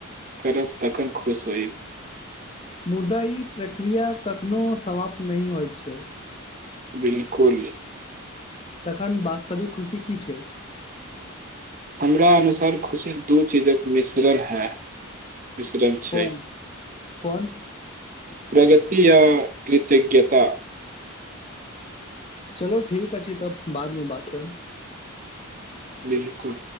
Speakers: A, on the right (about 40°); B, on the left (about 25°).
A: करब तखन खुश होइब
B: मुदा ई प्रक्रिया कखनो समाप्त नह होइत छैय
A: बिलकुल
B: ताकन वास्तविक खुशी की छैय
A: हमरा अनुसार खुशी दू चीजक मिश्रण है। मिश्रण छै
B: कोन कोन?
A: प्रगति य कृतज्ञता
B: चलो ठीक अछि तब बादमे बात करब।
A: बिलकुल